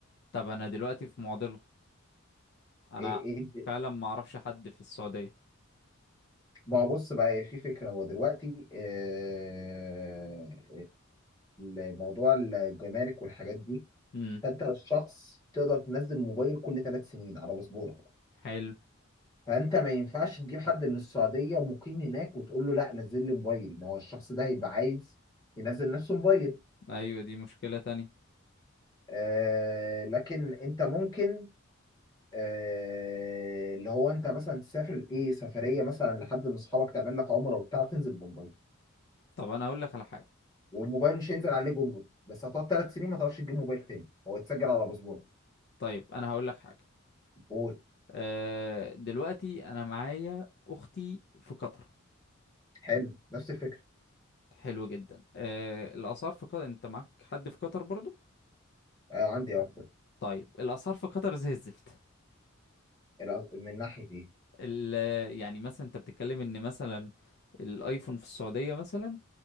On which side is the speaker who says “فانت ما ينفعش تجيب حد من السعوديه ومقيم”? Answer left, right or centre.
Left